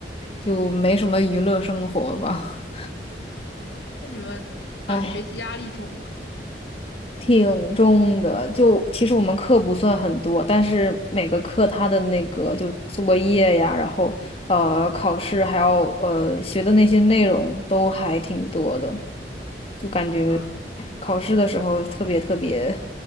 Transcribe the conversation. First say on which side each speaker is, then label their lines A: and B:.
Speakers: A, on the left; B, on the left.
A: 就没什么娱乐生活吧。
B: 那你们呃学习压力重吗？
A: 唉，挺重的。就其实我们课不算很多，但是每个课它的那个就作业呀，然后呃考试还要呃学的那些内容都还挺多的，就感觉唉考试的时候特别特别
B: 啊。